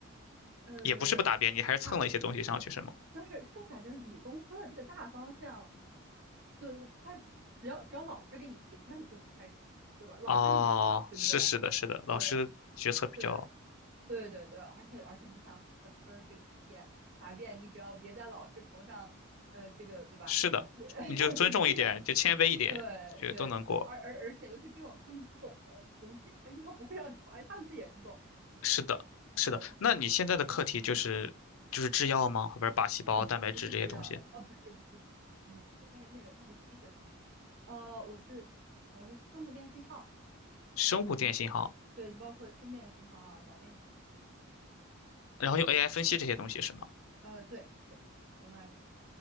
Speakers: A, on the right (about 55°); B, on the left (about 80°).
A: 呃，
B: 也不是不答辩，你还是蹭了一些东西上去是吗？
A: 它就是就是我感觉理工科的这个大方向，对，它只要只要老师给你提，那你就能开，对吧？老师给你的嘛，
B: 哦，
A: 对不对？
B: 是是的，是的，老师决策比较
A: 对对对对对，而且而且你想本科儿这个毕业答辩，你只要别在老师头上，呃，这个对吧？
B: 是的，
A: <laughs>
B: 你就尊重一点，
A: 基本
B: 就谦卑一点，
A: 对对对，
B: 就都能过。
A: 而而而且尤其这种他们不懂的东西，他应该不会让你过，而且他们自己也不懂。
B: 是的，是的，
A: 对，
B: 那你现在的课题就是就是制药吗？
A: 嗯，
B: 后边靶细胞、
A: 呃，
B: 蛋白质这些东西。
A: 不是制药，呃，不是不是不是不不，不，那个那个那个是医学，呃，我是我是生物电信号，
B: 生物电信号，
A: 对，就包括心电信号啊，脑电，
B: 然后用 AI 分析这些东西是吗？
A: 呃，对，是。总的来讲。